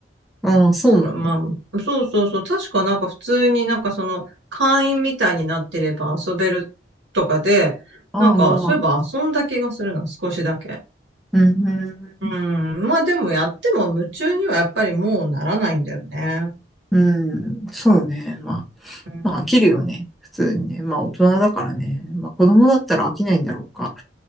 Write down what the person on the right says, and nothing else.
そのまあ、そうそうそう。確かなんか普通になんかその会員みたいになってれば遊べるとかで、
なんかそういえば遊んだ気がするな、
少しだけ。
うん。
まあでもやっても夢中にはやっぱりもうならないんだよね。
うん。